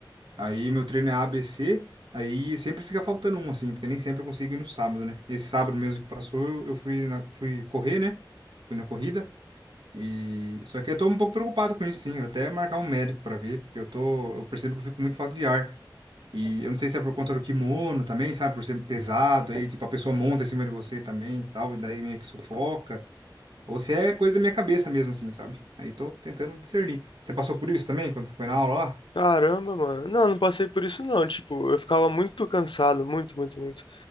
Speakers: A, on the right (about 65°); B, on the left (about 75°).
A: Aí meu treino é ABC, aí sempre fica faltando um, assim, porque nem sempre eu consigo ir no sábado, né? Esse sábado mesmo que passou, eu, eu fui, na- fui correr, né? Fui na corrida. E só que eu tô um pouco preocupado com isso, sim. Eu até marcar um médico para ver, porque eu tô, eu percebo que eu fico muito falta de ar. E eu não sei se é por conta do kimono também, sabe, por ser pesado, aí tipo a pessoa monta em cima de você também, e tal, e daí meio que sufoca, ou se é coisa da minha cabeça mesmo assim, sabe? Aí eu tô tentando discernir. Você passou por isso também quando você foi na aula lá?
B: Caramba, mano. Não, não passei por isso não. Tipo, eu ficava muito cansado, muito, muito, muito.